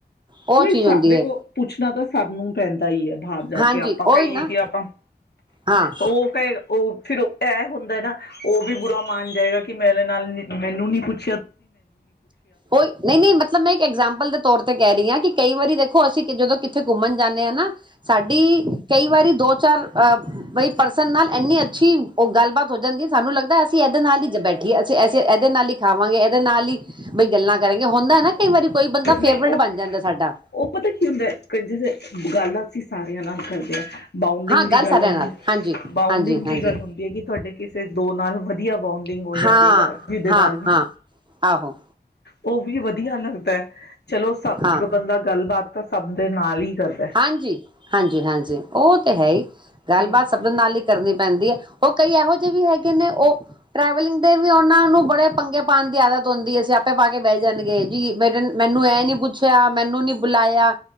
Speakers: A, on the right; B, on the left.
A: ਉਹ
B: ਨਹੀਂ
A: ਚੀਜ਼
B: ਸਾ
A: ਹੁੰਦੀ
B: ਦੇਖਲ
A: ਹੈ
B: ਪੁੱਛਣਾ ਤਾਂ ਸਭ ਨੂੰ ਪੈਂਦਾ ਹੀ ਹੈ ਬਾਹਰ ਜਾ
A: ਹਾਂਜੀ
B: ਕੇ ਆਪਾਂ
A: ਉਹੀ
B: ਕਹੀਏ
A: ਨਾ
B: ਕਿ ਆਪਾਂ
A: ਹਾਂ
B: ਉਹ ਕ ਉਹ ਫਿਰ ਇਹ ਹੁੰਦਾ ਨਾ ਉਹ ਵੀ ਗੁਰ ਮਣ ਜਾਏਗਾ ਕਿ ਮੇਰੇ ਨਾਲ ਮੈਨੂੰ ਨੀ ਕੁੱਛ
A: ਹੋਈ ਨਹੀਂ ਨਹੀਂ ਮਤਲਬ ਮੈਂ ਇੱਕ ਐਗਜਾਮਪਲ ਦੇ ਤੌਰ ਤੇ ਤੇ ਕਹਿ ਰਹੀ ਹਾਂ ਕਿ ਕਈ ਵਾਰੀ ਦੇਖੋ ਅਸੀਂ ਜਦੋਂ ਕਿੱਥੇ ਘੁੰਮਣ ਜਾਂਦੇ ਆ ਨਾ ਸਾਡੀ ਕਈ ਵਾਰੀ ਦੋ ਚਾਰ ਅਹ ਪਰਸਨ ਨਾਲ ਇੰਨੀ ਅੱਛੀ ਉਹ ਗੱਲਬਾਤ ਹੋ ਜਾਂਦੀ ਸਾਨੂੰ ਲੱਗਦਾ ਇਹਦੇ ਨਾਲ ਹੀ ਬੈਠੀ ਅਸੇ ਇਹਦੇ ਨਾਲ ਹੀ ਖਾਵਾਂਗੇ ਨਾਲ ਹੀ ਬਈ ਗੱਲਾਂ ਕਰੇਗਾ ਹੁੰਦਾ ਨਾ ਕਈ ਵਾਰੀ ਕੋਈ ਬੰਦਾ
B: ਨਹੀਂ
A: ਫੇਵਰੇਟ
B: ਉਹ
A: ਬਣ ਜਾਂਦਾ ਸਾਡਾ
B: ਉਹ ਪਤਾ ਕੀ ਹੁੰਦਾ ਜੇ ਗਾਲਾ ਅਸੀਂ ਸਾਰਿਆਂ ਨਾਲ ਕਰਦੇ ਹਾਂ ਬਾਊਂਡਿੰਗ
A: ਹਾਂ
B: ਦੀ ਗੱਲ
A: ਸਾਰਿਆਂ
B: ਹੁੰ
A: ਨਾਲ ਹਾਂਜੀ
B: ਬਾਊਂਡਿੰਗ
A: ਹਾਂਜੀ ਹਾਂਜੀ
B: ਦੀ ਗੱਲ ਹੁੰਦੀ ਹੈ ਕਿ ਤੁਹਾਡੇ ਕਿਸੇ ਦੋ ਨਾਲ ਵ ਬੋਂਡਿੰਗ ਹੋ ਜਾਂਦੀ
A: ਹਾਂ
B: ਜਾ ਜਿਹਦੇ
A: ਹਾਂ
B: ਨਾਲ ਵੀ
A: ਹਾਂ ਆਹੋ
B: ਉਹ ਵੀ ਵਧੀਆ ਲੱਗਦਾ ਚਲੋ ਸਭ
A: ਹਾਂ
B: ਬੰਦਾ ਗੱਲਬਾਤ ਤਾਂ ਸਭ ਦੇ ਨਾਲ ਹੀ ਕਰਦਾ ਹੈ
A: ਹਾਂਜੀ ਹਾਂਜੀ ਹਾਂਜੀ ਉਹ ਤੇ ਹੈ ਗੱਲਬਾਤ
B: ਸਗੋਂ
A: ਸਭ ਨਾਲ ਹੀ ਕਰਨੀ ਪੈਂਦੀ ਹੈ ਉਹ ਕਈ ਇਹੋ ਜਿਹੇ ਵੀ ਹੈਗੇ ਨੇ ਉਹ ਟ੍ਰੈਵਲਿੰਗ ਦੇ ਵੀ ਉਹਨਾਂ ਨੂੰ ਬੜੇ ਪੰਗੇ ਪਾਣ ਦੀ ਆਦਤ ਹੁੰਦੀ ਅਸੀਂ ਆਪੇ ਪਾ ਕੇ ਬਹਿ ਜਾਣਗੇ ਜੀ ਮੇਰੇ ਮੈਨੂੰ ਇਹ ਨੀ ਪੁੱਛਿਆ ਮੈਨੂੰ ਨੀ ਬੁਲਾਇਆ